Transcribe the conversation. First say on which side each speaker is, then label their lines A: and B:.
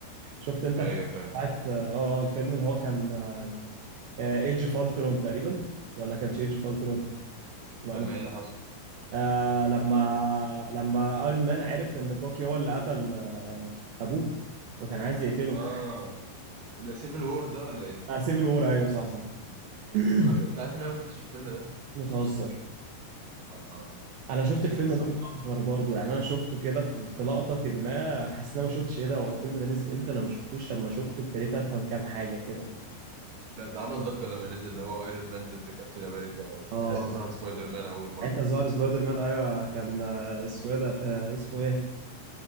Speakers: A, on the right; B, on the right.
A: فشفت انت
B: ايوه
A: الحته
B: فاهم
A: بتاعت اه آه، الفيلم اللي هو كان ايدج اوف الترون تقريبا ولا كانش ايدج اوف الترون ما
B: لما
A: ما-
B: ايه اللي حصل
A: آه لما لما ايرون مان عرف ان باكي هو اللي قتل آه، ابوه وكان عايز يقتله
B: اه ده سيفل وور ده ولا ايه
A: آه سيفل وور ايوه صح صح <coughs>
B: انا ش... انت عارف ان انا ما شفتش الفيلم ده
A: <clears throat> بتهزر
B: اه اه
A: انا شفت الفيلم
B: بس
A: ده متاخر برضو يعني انا شفته كده في في لقطه ما حسيت ان انا ما شفتش ايه ده هو الفيلم ده نزل امتى انا ما شفتوش لما شفته ابتديت افهم كام حاجه كده
B: لا ده عمل ضجه لما نزل اللي هو ايرون مان ضد كابتن امريكا
A: اه
B: ساعتها ظهر سبايدر مان اول مره
A: ساعتها ظهر سبايدر مان ايوه كان آه، اسمه ايه ده آه، اسمه ايه